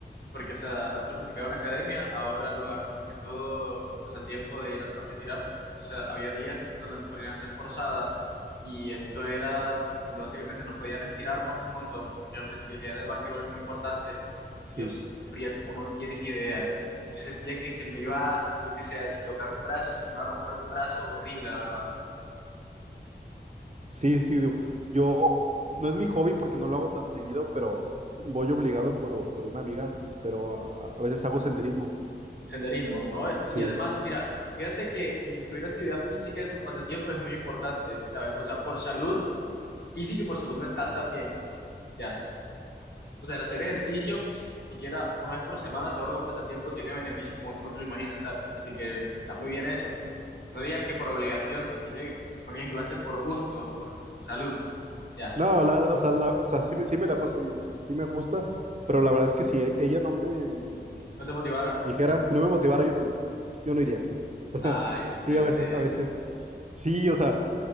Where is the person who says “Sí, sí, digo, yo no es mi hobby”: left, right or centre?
Right